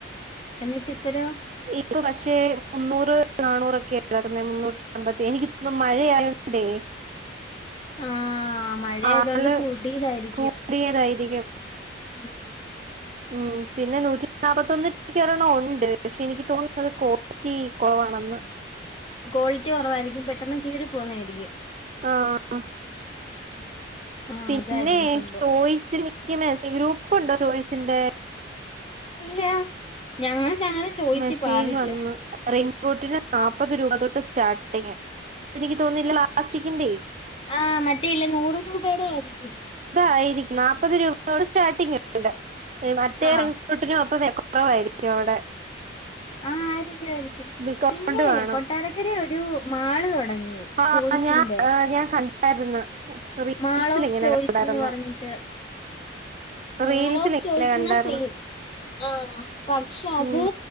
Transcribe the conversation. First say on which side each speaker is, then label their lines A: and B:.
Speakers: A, on the left; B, on the right.
A: എന്നിട്ട് ഇപ്പരോ
B: ഇപ്പ പക്ഷേ മുന്നൂറ് നാണൂറൊക്കെ കാണുന്നത് മുന്നൂറ്റി അമ്പത്തി എനിക്ക് തോന്നുന്നു മഴയായോണ്ടെ
A: ആ മഴ
B: ആള്
A: ആയതുകൊണ്ട് കൂട്ടിയതായിരിക്കും
B: കൂടിയതായിരിക്കും
A: ഉം
B: ഉം പിന്നെ നൂറ്റി നാല്പത്തൊന്ന് രൂപക്ക് ഒരെണ്ണം ഉണ്ട് പക്ഷെ എനിക്ക് തോന്നുന്നു അത് ക്വാളിറ്റി കുറവാണെന്ന്
A: ക്വാളിറ്റി കുറവായിരിക്കും പെട്ടെന്ന് കീറി പോവുന്നെ ആയിരിക്കും
B: ആഹ്
A: ആഹ്
B: പിന്നെ
A: അതായിരിക്കും സംഭവം
B: ചോയ്സി എനിക്ക് മസ് ഗ്രൂപ്പുണ്ടോ ചോയ്സിന്റെ
A: ഇല്ല ഞങ്ങൾ ഞങ്ങളെ ചോയ്സി
B: മെസ്സേജ്
A: പാറില്ല
B: വന്ന് റെയിൻകോട്ടിന് നാല്പ്പത് രൂപ തൊട്ട് സ്റ്റാർട്ടിങ്ങ് അതെനിക്ക് തോന്നുന്നെ പ്ലാസ്റ്റിക്കിന്റെ
A: ആഹ് മറ്റേല്ല നൂറ് രൂപയുടെ ആയിരിക്കും
B: അതായിരിക്കും നാല്പ്പത് രൂപയോട് സ്റ്റാർട്ടിങ്ണ്ട് മറ്റേറ
A: ആഹ്
B: ട്ടിനും ഒപ്പ വ കുറവായിരിക്കും അവിടെ
A: ആഹ് ആയിരിക്കും ആയിരിക്കും
B: ഡിസ്കൗണ്ട്
A: പിന്നെ
B: കാണും
A: കൊട്ടാരക്കര ഒരു മാള് തുടങ്ങി
B: ആഹ്
A: ചോയ്സിന്റെ
B: ഞാൻ ഞാൻ കണ്ടായിരുന്നു റീൽസിൽ
A: മാൾ ഓഫ്
B: ഇങ്ങനെ
A: ചോയ്സ്
B: കണ്ടായിരുന്നു
A: എന്ന് പറഞ്ഞിട്ട് മാൾ
B: റീൽസിൽ
A: ഓഫ്
B: ഇങ്ങനെ
A: ചോയ്സുന്ന
B: കണ്ടായിരുന്നു
A: പെൻ ആ പക്ഷെ അത്
B: ഉം